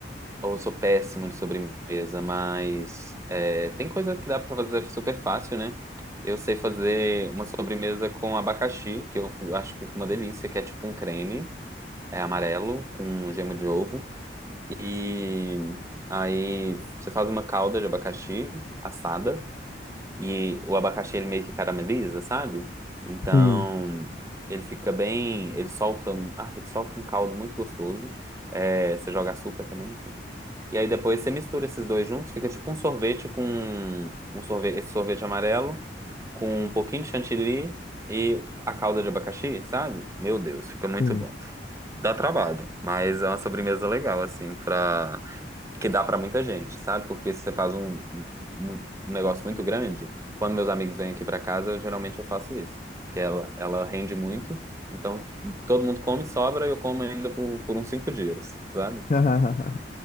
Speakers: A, on the right; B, on the left.
A: Ou sou péssimo de sobremesa, mas é, tem coisa que dá pra fazer super fácil, né? Eu sei fazer uma sobremesa com abacaxi, que eu fi- acho que fica uma delícia, que é tipo um creme, é amarelo, com um gema de ovo. E aí você faz uma calda de abacaxi assada, e o abacaxi ele meio que carameliza, sabe? Então
B: Sim,
A: ele fica bem. Ele solta um, ah, ele solta um caldo muito gostoso. É, você joga açúcar também, e aí depois você mistura esses dois juntos, fica tipo um sorvete com um sorvete, esse sorvete amarelo com um pouquinho de chantilly e a calda de abacaxi, sabe? Meu Deus, fica muito
B: sim.
A: bom. Dá trabalho, mas é uma sobremesa legal assim para que dá pra muita gente, sabe? Porque se você faz um, um, um negócio muito grande, quando meus amigos vêm aqui pra casa, eu geralmente eu faço isso, que ela ela rende muito. Então, todo mundo come, sobra, e eu como ainda por, por uns cinco dias, sabe?
B: <laughs>